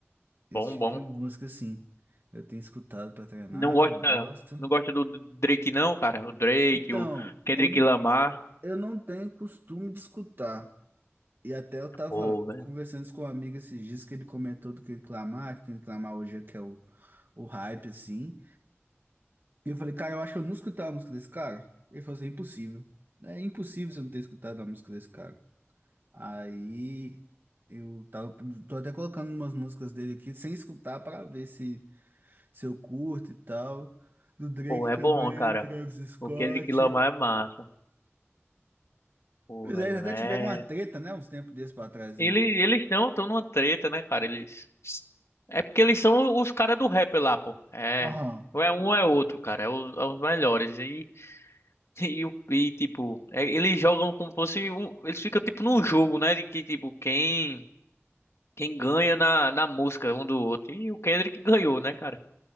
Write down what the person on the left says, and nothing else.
bom,
bom.
Não gosta,
não gosta do Drake não, cara. O Drake,
o Kendrick
Lamar.
Pô, velho.
Pô, é
bom, cara.
O Kendrick Lamar é massa. Pô,
velho,
é.
Ele,
eles não estão numa treta, né, cara? Eles. É porque eles são os caras do rap lá, pô. É.
Ou é um ou é outro, cara. É os, é os melhores. E, <laughs> e, o- e, tipo, é, eles jogam como fosse um. Eles ficam tipo num jogo, né? De que, tipo, quem. Quem ganha na, na música um do outro. E o Kendrick ganhou, né, cara?